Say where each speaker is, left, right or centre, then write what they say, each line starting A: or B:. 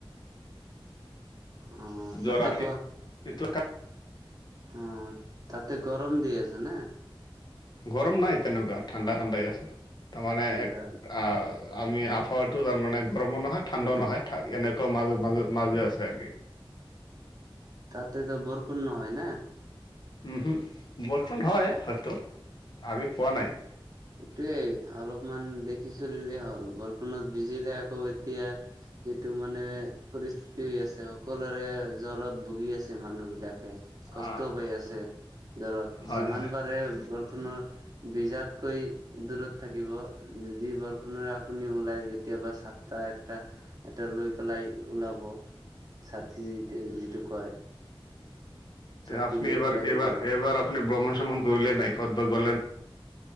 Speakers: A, on the right; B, on the left.
A: অ তাতে
B: যোৱা ৰাতি
A: গ
B: এইটো
A: অ তাতে গৰম দি আছে নে
B: গৰম নাই তেনেকুৱা ঠাণ্ডা ঠাণ্ডাই আছে তাৰমানে
A: ঠাণ্ডা
B: এক আ আমি আফত টোৰ তাৰ মানে গৰমো নহয় ঠাণ্ডাও নহয় এনেকুৱা মাজ মাজ মাজে আছে আৰে কি
A: তাতেতো বৰষুণ নহয় না?
B: উম হোম বৰষুণ হয় হয়তো আমি পোৱা নাই
A: এইটোৱেই অলপমান দেখি চলিলে হ'ল বৰষুণত বিজিলে আকৌ এতিয়া যিটো মানে পৰিস্থিতি হৈ আছে সকলোৰে জ্বৰত ভুগি আছে মানুহবিলাক কে কষ্টও
B: অ',
A: পাই আছে জ্বৰত
B: হয়
A: যিমান
B: হয়,
A: পাৰে বৰষুণৰ ভিজাত কৈ দূৰত থাকিব যি বৰষুণৰ আপুনি ওলাই কেতিয়াবা ছাতা একটা এটা লৈ পেলাই ওলাব ছাতি যিটো কয় ছাতি
B: তে আপুনি
A: লৈ
B: এবাৰ
A: পেলাই
B: এবাৰ
A: ওলাব
B: এবাৰ আপুনি ভ্ৰমণ শ্ৰমন কৰিলে নাই কতবা গলে নাই?